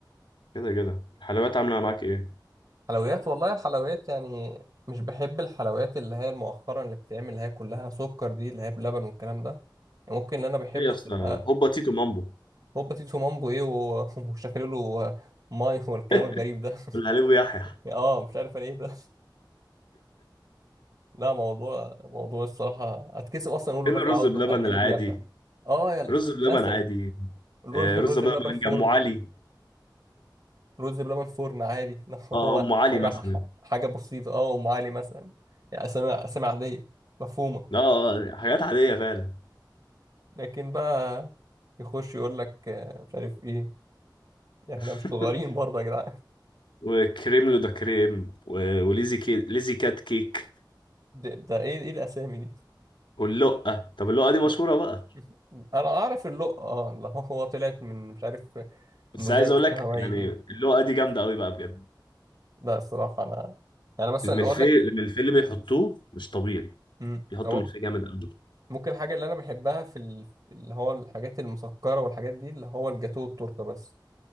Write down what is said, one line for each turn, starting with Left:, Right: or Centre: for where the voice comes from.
Left: كده كده الحلويات عامله معاك ايه
Right: حلويات والله الحلويات يعني مش بحب الحلويات اللي هي مؤخرا اللي بتتعمل اللي هي كلها سكر دي اللي هي بلبن والكلام ده يعني ممكن اللي أنا بحبه
Left: ايه يا اسطى
Right: تبقى
Left: هوبا تيتو مامبو
Right: هوبا تيتو مامبو إيه و- <laughs> وشكله له ماي والكلام
Left: <laughs>
Right: الغريب ده <laughs>
Left: والحليب يحيى
Right: اه مش عارف انا ايه ده لا موضوع موضوع الصراحة اتكسف اصلا اقول
Left: فين
Right: الراجل
Left: الرز
Right: عاوز
Left: بلبن
Right: له- لحليب
Left: العادي
Right: ويحيى اه يا ال-
Left: رز بلبن
Right: مثلا
Left: عادي
Right: الرو-
Left: آه،
Right: الرز
Left: رز بلبن
Right: بلبن فرن
Left: ام علي
Right: رز بلبن فرن عادي <laughs> لو هو
Left: اه ام علي
Right: حاجة
Left: مثلا
Right: حاجة بسيطة اه أم علي مثلا يعني أسامي أسامي عادية مفهومة
Left: اه آه، حاجات عاديه فعلا
Right: لكن بقى يخش يقول لك آه، مش عارف إيه إحنا
Left: <laughs>
Right: مش صغيرين برضه يا جدعان
Left: وكريم لو ده كريم و- وليزي كي... ليزي كات كيك
Right: ده, ده إيه إيه الأسامي دي؟
Left: واللقه طب اللقه دي
Right: لأ.
Left: مشهوره بقى
Right: <laughs> أنا أعرف اللقة اه اللي هو طلعت من مش عارف
Left: بس
Right: المذيعة
Left: عايز
Right: اللي
Left: اقول
Right: اسمها
Left: لك
Right: مي
Left: يعني
Right: دي
Left: اللقه دي جامده قوي بقى بجد
Right: لا الصراحة أنا يعني مثلا
Left: الملفيه
Right: أقول لك
Left: الملفيه اللي بيحطوه مش طبيعي
Right: مم،
Left: بيحطوا
Right: هو ممكن
Left: ملفيه جامد قوي
Right: ممكن الحاجة اللي أنا بحبها في ال- اللي هو الحاجات المسكرة والحاجات دي اللي هو الجاتو والتورتة بس